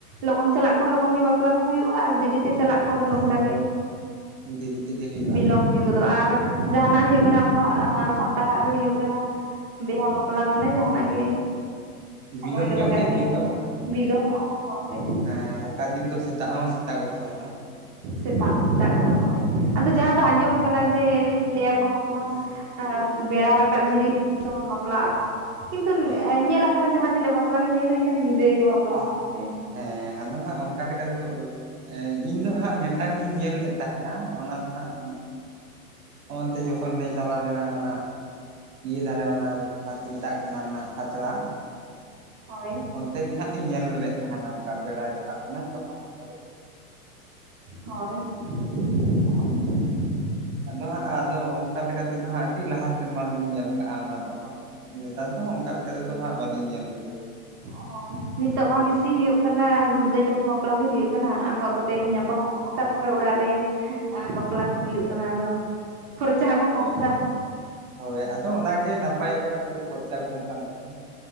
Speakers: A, on the right (about 35°); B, on the right (about 60°).
A: ᱞᱚᱜᱚᱱ ᱪᱟᱞᱟᱜ ᱠᱷᱟᱱ ᱞᱚᱜᱚᱱ ᱜᱮ ᱵᱟᱯᱞᱟ ᱠᱚ ᱦᱩᱭᱩᱜᱼᱟ ᱟᱨ ᱫᱮᱨᱤᱛᱮ ᱪᱟᱞᱟᱜ ᱠᱷ ᱠᱷᱟᱱ ᱫᱚ
B: ᱦᱮᱸ
A: ᱚᱱᱠᱟᱜᱮ
B: ᱫᱮᱨᱤ ᱛᱮᱜᱮ ᱦᱩᱭᱩᱜᱼᱟ
A: ᱵᱤᱞᱚᱢ ᱦᱩᱭ ᱜᱚᱫᱚᱜᱼᱟ ᱟᱨ ᱡᱟᱦᱟᱱᱟᱜ
B: ᱦᱮᱸ
A: ᱦᱩᱭᱩᱜ ᱠᱟᱱᱟ ᱟᱵᱚᱣᱟᱜ ᱥᱟᱱᱛᱟᱲᱟᱜ ᱫᱚ ᱦᱩᱭᱩᱜ ᱠᱟᱱᱟ ᱵᱤᱦᱟᱟᱹ ᱵᱟᱯᱞᱟ ᱢᱟᱱᱮ ᱡᱟᱦᱟᱱᱟᱜ ᱜᱮ ᱥᱚᱢᱚᱭ
B: ᱵᱤᱞᱚᱢ
A: ᱫᱚ
B: ᱧᱚᱜ
A: ᱞᱟᱜᱟᱜ
B: ᱜᱮ
A: ᱜᱮᱭᱟ
B: ᱦᱩᱭᱩᱜ ᱛᱟᱵᱚᱱᱟ
A: ᱵᱤᱞᱚᱢᱚᱜᱼᱟ ᱦᱳᱭ
B: ᱦᱮᱸ ᱚᱠᱟ ᱫᱤᱱ ᱫᱚ ᱥᱮᱛᱟᱜ ᱦᱚᱸ ᱥᱮᱛᱟᱜᱚᱜ ᱛᱟᱵᱚᱱᱟ
A: ᱥᱮᱛᱟᱜ ᱦᱚᱸ ᱥᱮᱛᱟᱜ ᱠᱚᱫᱚᱚᱦᱚᱭ ᱟᱫᱚ ᱡᱟᱦᱟᱸ
B: ᱦᱮᱸ
A: ᱫᱚ ᱟᱸᱡᱚᱢ ᱠᱟᱱᱟ ᱡᱮ ᱞᱟᱹᱭᱭᱟᱠᱚ ᱢᱟ
B: ᱦᱮᱸ
A: ᱵᱮᱲᱟ ᱨᱟᱠᱟᱵ ᱡᱷᱤᱨᱤ ᱥᱚᱢᱚᱭ ᱵᱟᱯᱞᱟᱜ ᱟᱠᱚ ᱠᱤᱱᱛᱩ
B: ᱦᱳᱭ
A: ᱧᱮᱞ ᱟᱠᱟᱱᱟ ᱡᱟᱦᱟᱸ ᱛᱤᱱᱟᱹᱜ ᱵᱟᱯᱞᱟ ᱜᱮ ᱧᱮᱞ ᱦᱩᱭ ᱟᱠᱟᱱᱟ ᱧᱤᱫᱟᱹᱭ ᱜᱮ ᱵᱟᱯᱞᱟᱟᱜ
B: ᱦᱮᱸ
A: ᱥᱮ
B: ᱦᱮᱸ ᱟᱫᱚ ᱦᱟᱸᱜ ᱚᱱᱠᱟ ᱞᱮᱠᱟᱛᱚ <unintelligible> ᱤᱧ ᱫᱚ ᱦᱟᱸᱜ ᱢᱤᱫᱴᱟᱝ ᱜᱤᱧ ᱧᱮᱞ ᱞᱮᱫ ᱛᱟᱦᱮᱱᱟ ᱚᱱᱟ ᱫᱚ ᱦᱟᱸᱜ ᱚᱱᱛᱮ ᱡᱚᱠᱷᱚᱱ ᱞᱮ ᱪᱟᱞᱟᱣ ᱞᱮᱱᱟ ᱚᱱᱟ ᱤᱭᱟᱹ ᱫᱷᱟᱨᱮ ᱚᱱᱟ ᱡᱟᱦᱟᱸ ᱠᱚ ᱢᱮᱛᱟᱜ ᱠᱟᱱᱟ ᱚᱱᱟ ᱠᱷᱟᱛᱲᱟ
A: ᱦᱳᱭ
B: ᱚᱱᱛᱮ ᱜᱮ ᱦᱟᱸᱜ ᱞᱤᱧ ᱧᱮᱞ ᱞᱮᱫ ᱛᱟᱦᱮᱱᱟ ᱚᱱᱠᱟ ᱵᱮᱲᱟᱭ ᱨᱟᱠᱟᱵ ᱮᱱᱟ ᱛᱚᱠᱷᱚᱱ ᱦᱟᱸ
A: ᱦᱳᱭ <unintelligible>
B: ᱟᱫᱚ ᱦᱟᱸᱜ ᱟᱫᱚ ᱚᱱᱠᱟ ᱞᱮᱠᱟ ᱛᱮᱫᱚ ᱦᱟᱸᱜ ᱟᱹᱰᱤ ᱞᱟᱦᱟ ᱥᱮᱨᱢᱟ ᱨᱮᱞᱤᱧ ᱧᱮᱞ ᱟᱠᱟᱟᱜᱼᱟ ᱚᱱᱟ ᱫᱚ ᱦᱟᱸᱜ ᱱᱮᱛᱟᱨ ᱫᱚᱦ ᱚᱱᱠᱟ ᱞᱮᱠᱟᱛᱮᱫᱚ ᱦᱟᱸᱟᱜ ᱵᱟᱞᱤᱧ ᱧᱮᱞ ᱜᱚᱫᱣᱟ
A: ᱦᱳᱭ ᱱᱤᱛᱚᱜ ᱢᱟ ᱵᱮᱥᱤ ᱦᱩᱭᱩᱜ ᱠᱟᱱᱟ ᱜᱩᱲᱫᱟᱹ ᱧᱟᱢᱚᱜ ᱵᱟᱯᱞᱟ ᱜᱮ ᱦᱩᱭᱩᱜ ᱠᱟᱱᱟ ᱟᱠᱚ ᱠᱚᱛᱮ ᱠᱚ ᱧᱟᱯᱟᱢᱚᱜ ᱠᱟᱱᱟ ᱛᱟᱨᱯᱚᱨᱮ ᱚᱲᱟᱜ ᱨᱮ ᱵᱟᱯᱞᱟ ᱠᱚ ᱦᱩᱭᱩᱜ ᱠᱟᱱᱟ ᱟᱫᱚ, ᱠᱷᱚᱨᱪᱟ ᱦᱚᱸᱠᱚ
B: ᱦᱳᱭ
A: ᱠᱚᱢ ᱮᱫᱟ᱾
B: ᱦᱳᱭ ᱟᱫᱚ ᱚᱱᱟᱜᱮ ᱱᱟᱯᱟᱭᱚᱜ ᱠᱟᱱᱟ ᱡᱮ ᱠᱷᱚᱨᱪᱟ ᱠᱚᱢᱚᱜ ᱠᱟᱱ ᱛᱟᱠᱚᱣᱟ᱾